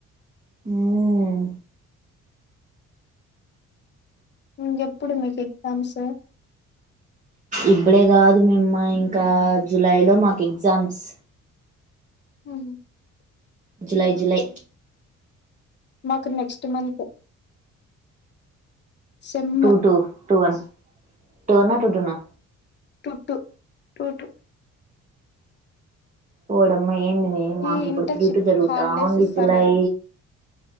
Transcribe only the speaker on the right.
ఉం
ఇప్పుడే కాదు మేమ్మ ఇంకా జులై లో మాకు ఎగ్జామ్స్
జులై జులై
two two two one two వన్న టూ టూ నా
వోడమ్మా ఏంది మే మాకు
ఇప్పుడు
త్రీ టూ జరుగుతాఉంది
జులై